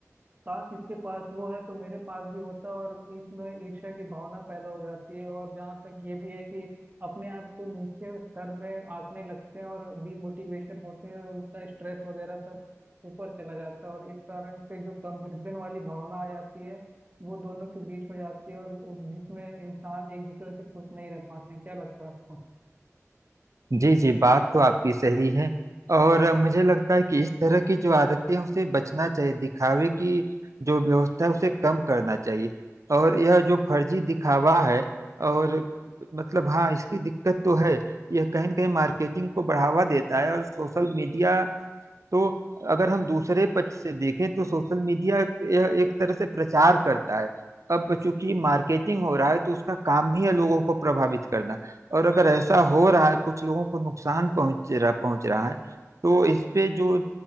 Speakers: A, on the right; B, on the right.
A: का किसके पास वो है तो मेरे पास भी होता और इसमें ईर्ष्या की भावना पैदा हो जाती है और जहाँ तक ये भी है कि अपने आप को नीचे स्तर में आंकने लगते हैं और डिमोटिवेशन होते हैं उनका स्ट्रेस वगैरह सब ऊपर चला जाता है और इस कारण से जो कंपैरिजन वाली भावना आ जाती है वो दोनों के बीच हो जाती है और जिसमें इंसान एक दूसरे से खुश नहीं रह पाते हैं। क्या लगता है आपको
B: जी जी बात तो आपकी सही है और अ, मुझे लगता है कि इस तरह की जो आदतें हैं उसे बचना चाहिए दिखावे की जो व्यवस्था है उसे कम करना चाहिए और यह जो फर्जी दिखावा है और मतलब हाँ इसकी दिक्कत तो है यह कहीं न कहीं मार्केटिंग को बढ़ावा देता है और सोशल मीडिया तो अगर हम दूसरे पक्ष से देखें तो सोशल मीडिया यह एक तरह से प्रचार करता है अब चूंकि मार्केटिंग हो रहा है तो उसका काम ही है लोगों को प्रभावित करना और अगर ऐसा हो रहा है कुछ लोगों को नुकसान पहुंच रहा पहुंच रहा है तो इस पे जो